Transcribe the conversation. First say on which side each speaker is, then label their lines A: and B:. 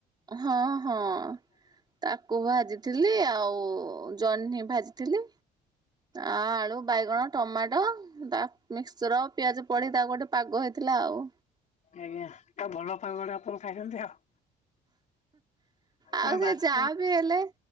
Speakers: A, on the right; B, on the left.
A: ହଁ ହଁ ତାକୁ ଭାଜିଥିଲି, ଆଉ ଜହ୍ନି ଭାଜିଥିଲି। ଆ ଆଳୁ, ବାଇଗଣ, ଟମାଟ ତା ମିକ୍ସଚର ପିଆଜ ପଡି ତାକୁ ଗୋଟେ ପାଗ ହେଇଥିଲା ଆଉ।
B: ଆଜ୍ଞା ତା ଭଲ ପାଗ ଟା ଆପଣ ଖାଇଛନ୍ତି ଆଉ।
A: ଆଉ
B: ନା
A: ସେ
B: ଭାତ
A: ଯା ବି ହେଲେ